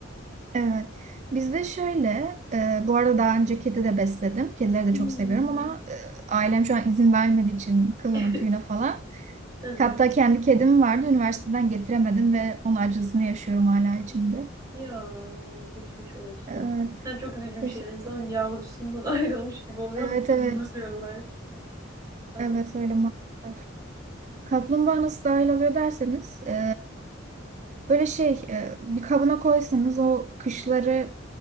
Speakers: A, on the right; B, on the right.
A: Evet. Bizde şöyle, e, bu arada daha önce kedi de besledim. Kedileri
B: Hmm.
A: de çok seviyorum ama e, ailem şu an izin vermediği için kılına
B: <laughs>
A: tüyüne falan.
B: Hı hı.
A: Hatta kendi kedim vardı. Üniversiteden getiremedim ve onun acısını yaşıyorum hala içimde.
B: Ya geçmiş olsun.
A: Evet.
B: Sen çok üzücü bir
A: teşekkür-
B: şey. Yani İnsanın yavrusundan <laughs> ayrılmış gibi oluyor
A: Evet
B: ama
A: evet.
B: anlamıyorlar. Aga.
A: Evet öyle maalesef. Kaplumbağa nasıl dahil oluyor derseniz e, böyle şey e, bir kabına koysanız o kışları